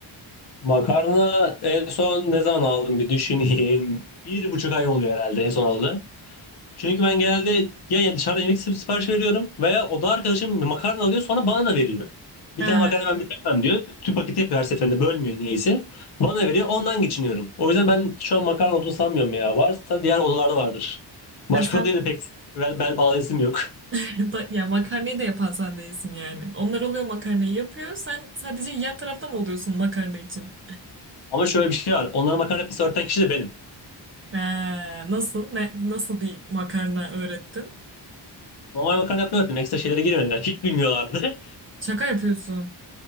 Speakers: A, on the left; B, on the right.
A: Makarna en son ne zaman aldım bir düşüneyim. Bir buçuk ay oluyor herhalde en son aldı. Çünkü ben genelde ya ya dışarıda yemek sipariş veriyorum veya oda arkadaşım makarna alıyor sonra bana da veriyor. Bir
B: Ha
A: tane makarna ben bitiremem diyor. Tüm paketi yapıyor her seferinde bölmüyor niyeyse. Bana veriyor ondan geçiniyorum. O yüzden ben şu an makarna olduğunu sanmıyorum ya. Varsa diğer odalarda vardır. Başka
B: Ha, sen
A: odaya da pek bel, bel bağlayasım yok.
B: <laughs> Ba- Ya makarnayı da yapan sen değilsin yani. Onlar oluyor makarnayı yapıyor. Sen sadece yan tarafta mı oluyorsun makarna için?
A: Ama şöyle bir şey var. Onlara makarna yapması öğreten kişi de benim.
B: Ha, nasıl? Ne, nasıl bir makarna öğrettin?
A: Normal makarna yapmayı öğrettim. Ekstra şeylere girmedim. Yani hiç bilmiyorlardı. <laughs>
B: Şaka yapıyorsun.